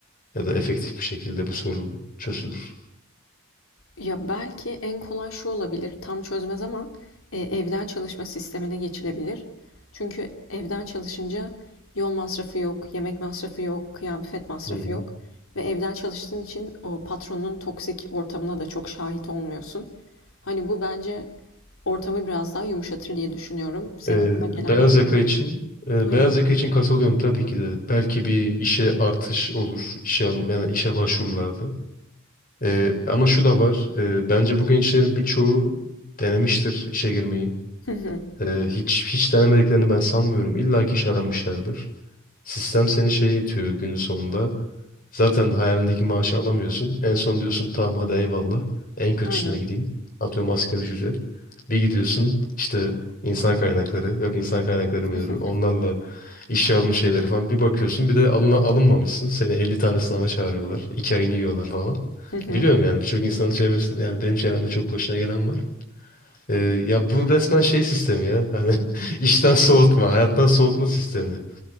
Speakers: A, on the left; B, on the left.
A: ya da efektif bir şekilde bu sorun çözülür.
B: Ya, belki en kolay şu olabilir, tam çözmez ama, eee, evden çalışma sistemine geçilebilir. Çünkü evden çalışınca yol masrafı yok, yemek masrafı yok, kıyafet masrafı
A: Hı hı.
B: yok ve evden çalıştığın için o patronun toksik ortamına da çok şahit olmuyorsun. Hani bu bence Ortamı biraz daha yumuşatır diye düşünüyorum. Senin
A: Ee,
B: aklına
A: beyaz
B: gelen var mı?
A: yaka için e,
B: Aynen.
A: beyaz yaka için katılıyorum tabii ki de. Belki bir işe artış olur. işe alım, yani işe başvurularda. Ee, ama şu da var. e, bence bu gençlerin birçoğu denemiştir işe girmeyi.
B: Hı hı.
A: Ee, hiç hiç denemediklerini ben sanmıyorum. İlla ki iş aramışlardır. Sistem seni şeye itiyor günün sonunda. Zaten hayalindeki maaşı alamıyorsun. En son diyorsun tamam hadi eyvallah. En kötüsüne
B: Aynen.
A: gideyim. Atıyorum asgari ücret. Bir gidiyorsun işte insan kaynakları, yok insan kaynakları müdürü.
B: Hı hı.
A: Onlarla işe alım şeyleri falan. Bir bakıyorsun bir de alın alınmamışsın. Seni 50 tane sınava çağırıyorlar. 2 ayını yiyorlar falan.
B: Hı hı.
A: Biliyorum yani birçok insanın çevresinde yani benim çevremde çok başına gelen var. Ee, ya bu resmen şey sistemi ya. Hani <laughs> işten soğutma, hayattan soğutma sistemi.